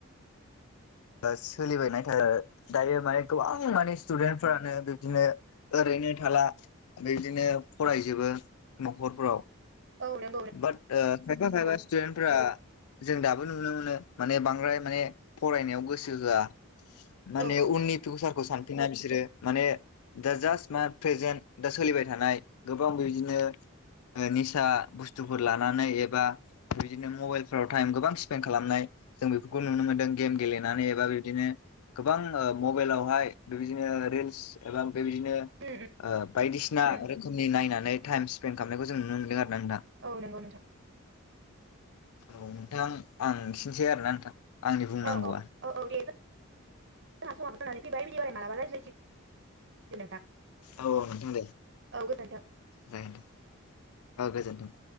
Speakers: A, on the left; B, on the right.
A: सोलिबाय थानाय दायो मानेखौ गोबांमानि स्टुदेन्टफोरानो बिबदिनो ओरैनो थाला बिबदिनो फरायजोबो न'खर फोराव
B: औ नंगौ
A: बाट ओ खायफा
B: नंगौ
A: खायफा स्टुदेन्ट फोरा जों दाबो नुनो मोनो माने बांद्राय माने फरायनायाव गोसो होआ माने
B: औ औ
A: उननि फिउसारखौ सान ना बिसोरो माने दा जास्ट मा प्रेजेन्ट दा सोलिबाय थानाय गोबां बिदिनो निसा बुस्थुफोर लानानै एबा बिदिनो मबाइलफ्राव टाइम गोबां स्पेन्दड खालामनाय जों बे खौ नुनो मोनदों गेम गेलेनानै एबा बिब्दिनो गोबां ओ मबाइलावहाय बेबायदिनो रिल्स एबा बेबायदिनो ओ
B: उम
A: बायदिसिना
B: उम
A: रोखोमनि नायनानै टाइम स्पेन्ड खालामनायखौ जों नुनो मोन्दों आरो। ना नोंथां।
B: औ नंगौ नोंथां
A: औ नोंथां आं खिनोसै आरोना नोंथां आंनि बुंनांगौआ
B: औ औ <inaudible> जोंहा समाबो जानानै फैबाय मालाबा रायज <inaudible> नोंथां।
A: औ औ नोंथां दे।
B: औ गोजोन्थों।
A: जागोन दे। औ गोजोन। <inaudible>